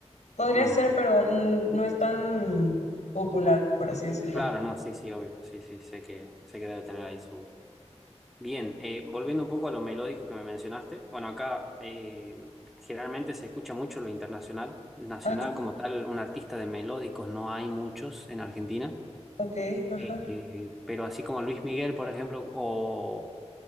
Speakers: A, on the left; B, in the centre.
A: podría
B: Mm.
A: ser, pero mm, no es tan popular, por así decirlo.
B: Claro, no, sí, sí, obvio. Sí, sí, sé que, sé que debe tener ahí su. Bien, eh, volviendo un poco a lo melódico que me mencionaste. Bueno, acá eh, generalmente se escucha mucho lo internacional. Nacional
A: Ajá,
B: como tal, un artista de melódicos no hay muchos en Argentina.
A: ok, ajá.
B: Eh, eh, pero así como Luis Miguel, por ejemplo, o,